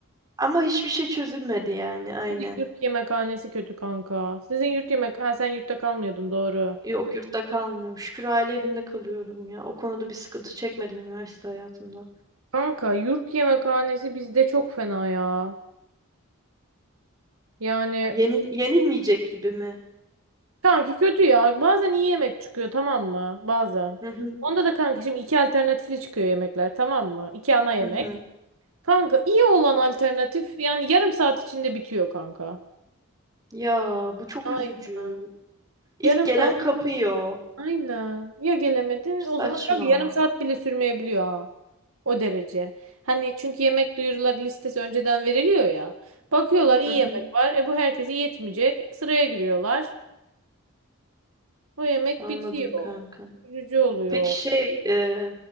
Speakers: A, on the right; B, on the right.
A: Ama hiçbir şey çözülmedi yani aynen.
B: Sizin yurt yemekhanesi kötü kanka. Sizin yurt yemek... Ha sen yurtta kalmıyordun doğru.
A: Yok yurtta kalmıyorum. Şükür aile evinde kalıyorum ya. O konuda bir sıkıntı çekmedim üniversite hayatımda.
B: Kanka yurt yemekhanesi bizde çok fena ya. Yani
A: Yenil yenilmeyecek gibi mi?
B: kanki kötü ya. Bazen iyi yemek çıkıyor tamam mı? Bazen.
A: <laughs>
B: Onda da kanka şimdi iki alternatifli çıkıyor yemekler tamam mı? İki ana yemek.
A: Hı hı.
B: Kanka iyi olan alternatif yani yarım saat içinde bitiyor kanka.
A: Ya bu çok
B: Aynen.
A: üzücü. İlk
B: Yarım
A: gelen
B: saat
A: kapıyor.
B: Aynen. Ya gelemedin o
A: Saçma.
B: zaman kanka yarım saat bile sürmeyebiliyor ha. O derece. Hani çünkü yemek duyuruları listesi önceden veriliyor ya. Bakıyorlar iyi
A: Hı
B: yemek
A: hı.
B: var. E bu herkese yetmeyecek. Sıraya giriyorlar. O yemek
A: Anladım
B: bitiyor.
A: kanka.
B: Üzücü oluyor.
A: Peki şey e,